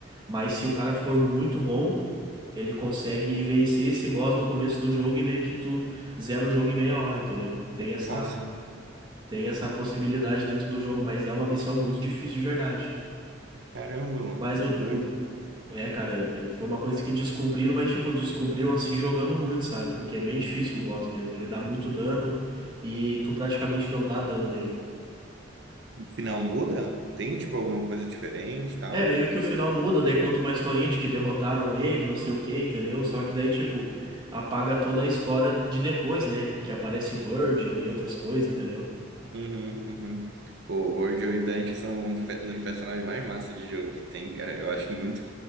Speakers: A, on the right; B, on the right.
A: Mas se o cara for muito bom, ele consegue vencer esse boss no começo do jogo e meio que tu zera o jogo em meia hora, entendeu? Tem essa,
B: Nossa,
A: tem essa possibilidade dentro do jogo, mas é uma missão muito difícil de verdade.
B: caramba, mano,
A: Mas
B: que
A: o,
B: doido.
A: é, cara, é- é- foi uma coisa que descobriram, mas, tipo, descobriram assim jogando muito, sabe? Porque é bem difícil o boss mesmo. Ele dá muito dano e tu praticamente não dá dano nele.
B: Final muda? Tem, tipo, alguma coisa diferente e tal?
A: É, meio que o final muda, daí conta uma historinha de que derrotaram ele, não sei o quê, entendeu? Só que daí, tipo, apaga toda a história de depois, né? Que aparece o Virgil e outras coisas, entendeu?
B: Uhum, uhum. O World e o Dante são um fe- um dos personagens mais massa de jogo que tem, cara. Eu
A: É,
B: acho muito,